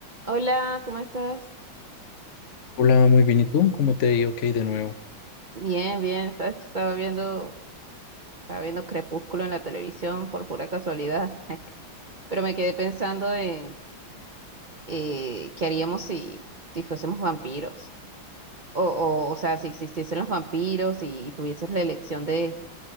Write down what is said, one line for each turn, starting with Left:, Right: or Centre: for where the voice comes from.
Right: Hola, ¿cómo estás?
Left: Hola, muy bien. ¿Y tú? ¿Cómo te ha ido? Ok, de nuevo.
Right: Bien, bien, sabes que estaba viendo, estaba viendo Crepúsculo en la televisión por pura casualidad, <laughs> pero me quedé pensando en eh, qué haríamos si, si fuésemos vampiros, o, o, o sea, si existiesen los vampiros y, tuvieses la elección de,